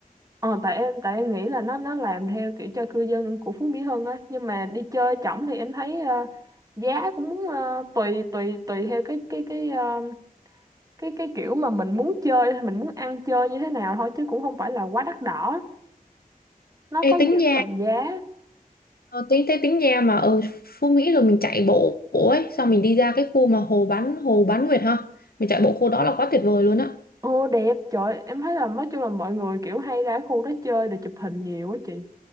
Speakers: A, on the right; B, on the left.
A: ờ, tại em tại em nghĩ là nó nó làm theo kiểu cho cư dân của Phú Mỹ Hưng á. Nhưng mà đi chơi chổng thì em thấy ờ, giá cũng ờ, tùy tùy tùy theo cái cái cái ờ, cái cái kiểu mà mình muốn chơi hay mình muốn ăn chơi như thế nào thôi chứ cũng không phải là quá đắt đỏ. Nó
B: Ê,
A: có nhiều
B: tính nha
A: tầm giá.
B: ờ, tính thế tính nha mà ở Phú Mỹ rồi mình chạy bộ, bộ ấy xong mình đi ra cái khu mà hồ bán hồ bán nguyệt ha mình chạy bộ khu đó là quá tuyệt vời luôn á
A: Ồ đẹp, trời em thấy là nói chung là mọi người kiểu hay ra khu đó chơi để chụp hình nhiều quá chị.